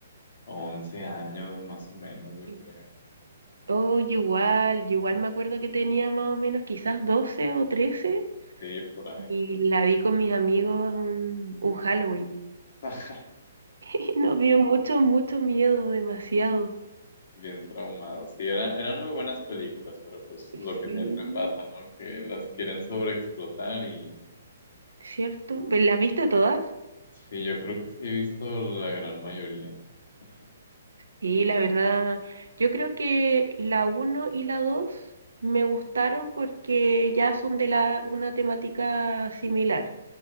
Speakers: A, on the left (about 60°); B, on the right (about 75°).
A: 11 años más o menos, yo
B: Sí.
A: creo.
B: Oh, yo igual, yo igual me acuerdo que tenía más o menos quizás 12 o 13
A: Sí, por ahí.
B: y la vi con mis amigos un, un Halloween.
A: <laughs>
B: <laughs> Nos dio mucho, mucho miedo, demasiado.
A: Bien traumado. Sí, era- eran muy buenas películas, pero pues lo
B: Sí.
A: que siempre pasa, ¿no? Que las quieren sobreexplotar y
B: ¿Cierto? ¿Ve- ¿Las viste todas?
A: sí, yo creo que sí he visto la gran mayoría. Ajá.
B: Sí, la verdad, yo creo que la uno y la 2 me gustaron porque ya son de la, una temática similar.